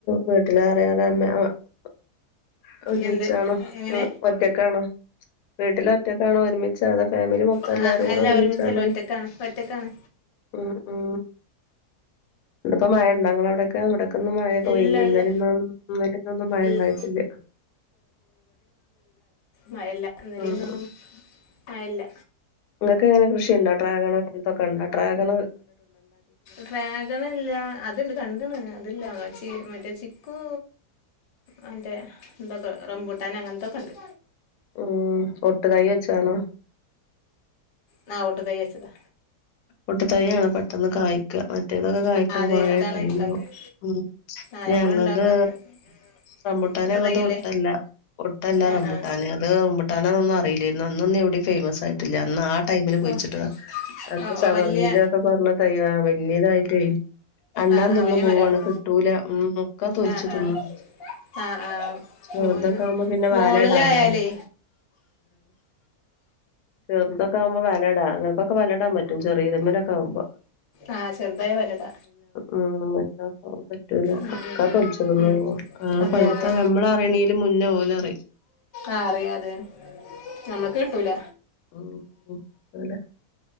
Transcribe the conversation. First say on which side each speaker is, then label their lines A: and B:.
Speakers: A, on the left; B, on the left.
A: വീട്ടിലററെ അമ്മ അ <unintelligible> ഒരുമിച്ചാണോ
B: എന്ത് എങ്ങനെ
A: ഒ ഒറ്റക്കാണോ വീട്ടില ഒറ്റക്കാണോ ഒരുമിച്ച അതാ ഫാമിലി മക്ക
B: ആ,
A: എല്ലാരും കൂടെ
B: അല്ല
A: ഒരുമിച്ചാണ്
B: ഒരുമിച്ചല്ല ഒറ്റക്കാണ് ഒറ്റക്കാണ്
A: ഉ ഉ അവിടിപ്പോ മഴ ഞ്ഞിങ്ങടവിടൊക്കെ അവിടെ കന്നമഴയൊക്കെ പൊയി
B: ഇല്ല
A: ഇന്നലന്നന്നലന്നൊന്നും
B: ഇല്ല
A: മഴ
B: ഇ-
A: ഇണ്ടായിട്ടില്ല
B: മഴല്ല എന്നലന്നൊന്നും
A: ആഹ്
B: മഴല്ല
A: നിങ്ങക്കെ എങ്ങനെ കൃഷിുണ്ടാട്രാഗ അങ്ങനത്തൊക്കെ ഉണ്ടാട്രാഗണ
B: ഡ്രാഗൺ ഇല്ല അത്ണ്ട് കണ്ടണ് അതില്ല മ മറ്റേ ചിക്കു മറ്റേ എന്തൊക്കെ റംബൂട്ടൻ അങ്ങനത്തെ കണ്ട്
A: ഉം ഒട്ട് കൈ വച്ചണോ
B: ന ഓട്ട തൈ്യച്ചതാ
A: ഓട്ടതൈ ആണ് പെട്ടെന്ന് കായ്ക്കുക മറ്റേതൊക്കെ കയ്ക്കാൻ
B: ആ, അതെ
A: കൊറേടൈമ്
B: അതാണ് കഴിക്കാൻ
A: വേണം ഉ
B: ആ
A: ഞങ്ങളത്
B: നമ്മളുണ്ടാക്കാൻ
A: റബുട്ടാനെ
B: പുട്ട്
A: അങ്ങത്
B: തയ്യല്ലേ
A: ഒട്ടല്ല ഒട്ടല്ല
B: ആഹ്
A: റബുട്ടാനെ
B: ആഹ്
A: അത് മ്പുട്ടാനന്നൊന്നും അറിയില്ലായിരുന്നു അന്നൊന്നും എവിടയും ഫേമസ് ആയിട്ടില്ല അന്ന് ആ ടൈമില് കുഴുച്ചിട്ടത
B: ഓഹ്
A: അ
B: ഓഹ്
A: സവർജില്ല
B: വല്യ
A: ഒക്കെ പറഞ്ഞ ത വലയതായിട്ട അണ്ണാൻ
B: ആഹ് ആഹ്
A: തിന്ന്
B: വല്യ
A: പോവാണ്
B: മരാവും
A: കിട്ടൂല നോക്കാ തോലിച്ചു
B: ആഹ്
A: തിന്ന്
B: ആഹ് ആഹ് ആഹ്
A: ചറതൊക്കൊവവുമ്പോ
B: മൂന്ന്
A: പിന്നെ വാല
B: മോളിലായാലേ
A: ഇടാലോ ചേർത്തൊക്കെ ആവുമ്പോ വലടാ അങ്ങക്കൊക്കെ വലട ഇടാൻ പറ്റും ചെറിയ ഇതമ്മലൊക്കെ ആകുമ്പോ
B: ആഹ ചെറുതായ വലടാ
A: ഉഉം പറ്റൂല
B: ഉം
A: അക്കാ
B: ഉം ഉം
A: തൊലിച്ചതന്ന
B: ഉം
A: പോവാും അ
B: അതെ
A: പഴുത്ത
B: അതെ
A: നമ്മൾ അറിയണെും മുന്നേ ഓലറിയും
B: ആഹ അറിയാംതെ നമ്മക്ക് കിട്ടൂല
A: ഉ അല